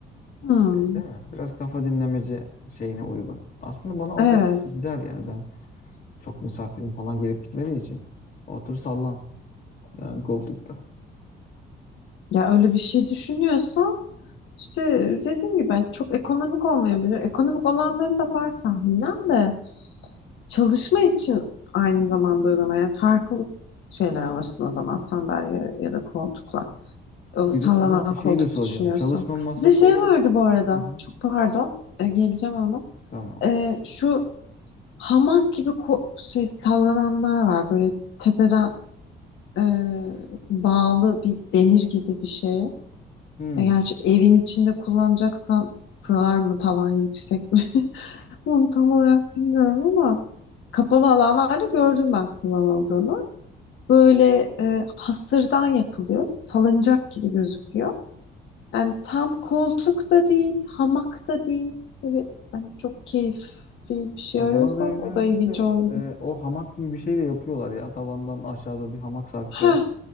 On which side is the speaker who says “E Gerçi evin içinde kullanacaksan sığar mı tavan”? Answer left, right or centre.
Left